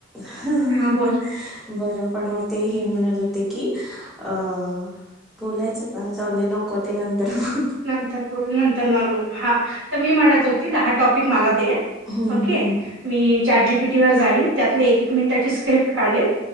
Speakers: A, in the centre; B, on the right.
A: ह ह
B: हां
A: ह
B: बोल
A: बरं पण मग ते हे म्हणत होते की अ बोलायचं का जाऊंदे नको ते नंतर ब
B: नंतर बोल नंतर नॉर्मल हा तर मी म्हणत होती दहा टॉपिक मला दे
A: हम्म
B: ओके
A: हम्म
B: मी चार जीपीटी वर जाईल त्यात एक एक मिनिटाची स्क्रिप्ट काढेल